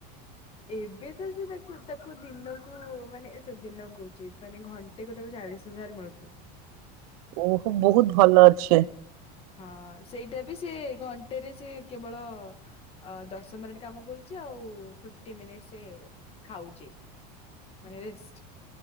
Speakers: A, on the left (about 30°); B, on the right (about 65°).
A: ଏବେ ତ ଯେ ତାକୁ ତାକୁ ଦିନକୁ ମାନେ ଏ ସେ ଦିନ କହୁଛି। ମାନେ ଘଣ୍ଟେ କୁ ତାକୁ ଚାଳିଶ ହଜାର ମିଳୁଚି।
B: ଓହୋ ବହୁତ ଭଲ ଅଛେ।
A: ହଁ ସେଇଟା ବି ସେ ଘଣ୍ଟେରେ ସେ କେବଳ। ଅ ଦଶ ମିନିଟ କାମ କରୁଛି ଆଉ ଫିଫ୍ଟି ମିନିଟ ସେ ଖାଉଚି। ମାନେ ରିସ୍।